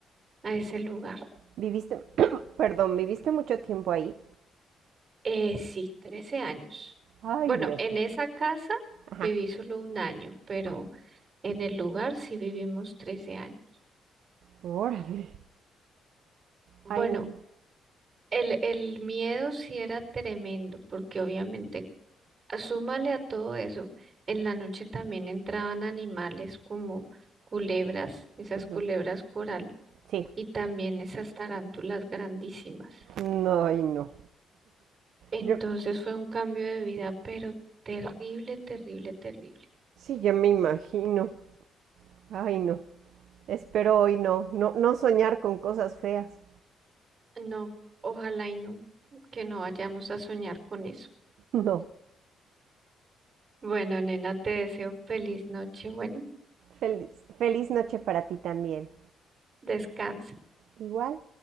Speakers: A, on the right; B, on the right.
A: a ese lugar.
B: ¿Viviste, <coughs> perdón, viviste mucho tiempo ahí?
A: Eh, sí, 13 años.
B: Ay,
A: Bueno,
B: Dios
A: en
B: mío.
A: esa casa
B: Ajá.
A: viví solo un año, pero
B: Ah,
A: en el lugar sí vivimos 13 años.
B: Órale.
A: Bueno,
B: Ay, no.
A: El, el miedo sí era tremendo, porque obviamente, a- súmale a todo eso, en la noche también entraban animales como culebras, esas
B: ujú,
A: culebras coral,
B: Sí.
A: y también esas tarántulas grandísimas.
B: No, ay, no.
A: Entonces
B: Yo
A: fue un cambio de vida, pero terrible, terrible, terrible.
B: sí, ya me imagino. Ay, no. Espero hoy no, no, no soñar con cosas feas.
A: No, ojalá y no, que no vayamos a soñar con eso.
B: <laughs> No.
A: Bueno, nena, te deseo feliz noche. Bueno,
B: Feliz, feliz noche para ti también.
A: descansa.
B: Igual.